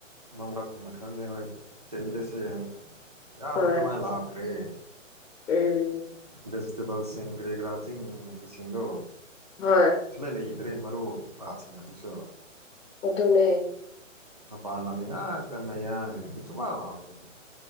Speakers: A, on the right; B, on the left.
A: ꯃꯥꯡꯗꯛꯅꯛꯈ꯭ꯔꯅꯦ ꯍꯣꯏ ꯆꯦꯟꯖꯦꯁꯁꯦ ꯌꯥꯝ
B: ꯍꯣꯏ
A: ꯑꯗꯨꯃꯥꯏꯅ ꯂꯥꯛꯈ꯭ꯔꯦ꯫
B: ꯎꯝ
A: ꯚꯦꯖꯤꯇꯦꯕꯜꯁꯤꯡ ꯭ꯔꯦꯒ꯭ꯔꯥ ꯆꯤꯡꯁꯤꯡꯗꯣ
B: ꯍꯣꯏ
A: ꯁꯨꯂꯩ ꯂꯩꯈꯤꯗ꯭ꯔꯦ ꯃꯔꯨꯞꯁꯤꯡ ꯑꯗꯨꯁꯨ
B: ꯑꯥꯗꯨꯅꯦ
A: ꯃꯄꯥꯟ ꯂꯝꯁ ꯉꯥꯏꯥꯛꯇ ꯃꯌꯥꯡ ꯉꯛꯇ ꯁꯨꯐ ꯐꯥꯎꯈꯤꯗꯤ